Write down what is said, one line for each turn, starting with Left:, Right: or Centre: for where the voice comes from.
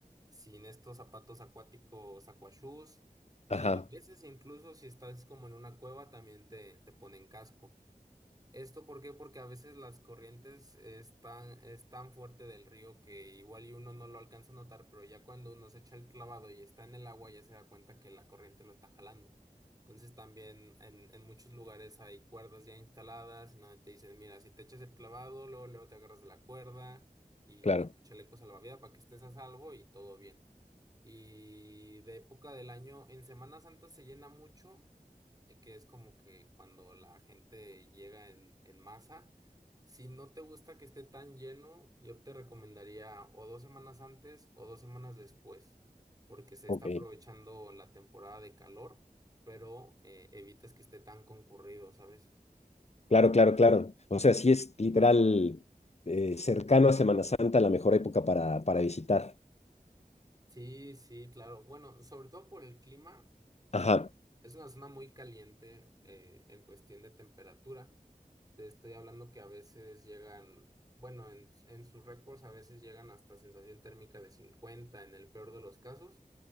Right: sin estos zapatos acuáticos aquashoes y
Left: Ajá,
Right: a veces incluso si estás como en una cueva también te, te ponen casco. ¿Esto por qué? Porque a veces las corrientes están tan, es tan fuerte del río que igual y uno no lo alcanza a notar, pero ya cuando uno se echa el clavado y está en el agua ya se da cuenta que la corriente lo está jalando. Entonces también en, en muchos lugares hay cuerdas ya instaladas en donde te dicen, mira, si te echas el clavado, luego, luego te agarras de la cuerda y
Left: claro.
Right: con tu chaleco salvavidas para que estés a salvo y todo bien. Y de época del año, en Semana Santa se llena mucho, eh, que es como que cuando la gente llega en, en masa. Si no te gusta que esté tan lleno, yo te recomendaría o dos semanas antes o dos semanas después, porque se
Left: Ok,
Right: está aprovechando la temporada de calor, pero eh, evitas que esté tan concurrido, ¿sabes?
Left: claro, claro, claro. O sea, sí es literal eh, cercano a Semana Santa la mejor época para, para visitar.
Right: Sí, sí, claro. Bueno, sobre todo por el clima, eh,
Left: Ajá,
Right: es una zona muy caliente eh, en cuestión de temperatura. Te estoy hablando que a veces llegan, bueno, en, en sus récords a veces llegan hasta sensación térmica de 50 en el peor de los casos